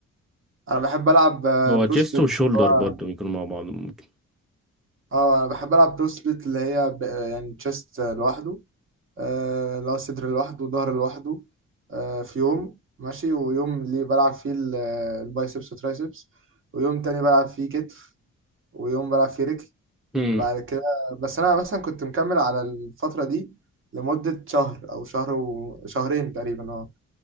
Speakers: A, on the right; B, in the centre.
A: انا بحب العب آه،
B: هو
A: برو
B: تشيست
A: سبليت
B: وشولدر
A: اللي هو
B: برضو بيكونوا مع بعض ممكن
A: اه انا بحب العب برو سبليت اللي هي ب- يعني تشيست لوحده آه، اللي هو صدر لوحده وظهر لوحده آه، في يوم ماشي ويوم اللي بلعب فيه ال- البايسبس والترايسبس ويوم تاني بلعب فيه كتف ويوم بلعب فيه رجل
B: امم
A: بعد كده بس أنا مثلا كنت مكمل على الفترة دي لمدة شهر أو شهر وشهرين تقريبا اه